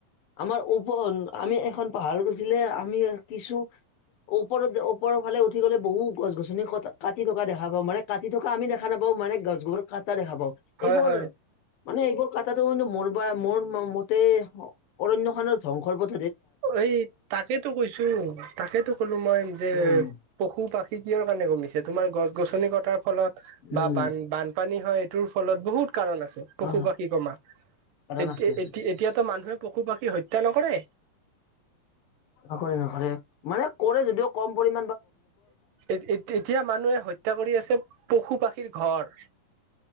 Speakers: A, on the left; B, on the right.
A: আমাৰ ওপন আমি এখন পাহাৰ উঠিলে আমি কিছু ওপৰত যে ওপৰৰ ফাল উঠি গলে বহু গছ গছনি ক কাটি থকা দেখা পাওঁ, মানে কাটি থকা আমি দেখা নাপাও মানে গছ বোৰ কাটা দেখা পাওঁ,
B: হয়
A: এইবোৰ
B: হয়
A: মানে এইবোৰ কটাটো কিন্তু মোৰ বা মোৰ মতে অৰণ্য খানৰ ধংসৰ
B: এই তাকেতো কৈছো, তাকেতো কলো মই যে
A: উম
B: পশু পাক্ষী কিয়ৰ কাৰণে কমিছে, তোমাৰ গছ গছনি কটাৰ ফলত,
A: উম
B: বা বান বানপানী হয় টোৰ ফলত, বহুত কাৰণ আছে, পশু
A: অ
B: পাক্ষী কমা,
A: কাৰণ
B: এতিয়া
A: আছে আছে।
B: এতি এতিয়াতো মানুহে পশু পাখ কি হত্যা নকৰে?
A: নকৰে, নকৰে, মানে কৰে যদিও কম পৰি
B: এ এতিয়া মানুহে হত্যা কৰি আছে পশু পাক্ষীৰ ঘৰ।